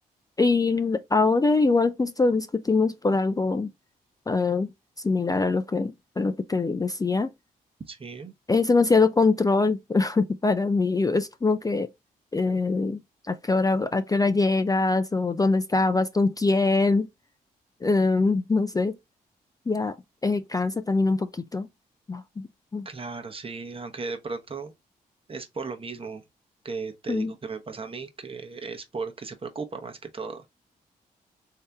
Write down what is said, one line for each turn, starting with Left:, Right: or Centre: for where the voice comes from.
Left: y l- ahora igual justo discutimos por algo eh, similar a lo que, a lo que te decía.
Right: Sí,
Left: Es demasiado control Para mí es como que eh, a qué hora, a qué hora llegas o dónde estabas, con quién, em, no sé, ya eh, cansa también un poquito. Mm,
Right: claro, sí, aunque de pronto es por lo mismo que te
Left: mm,
Right: digo que me pasa a mí, que es porque se preocupa más que todo.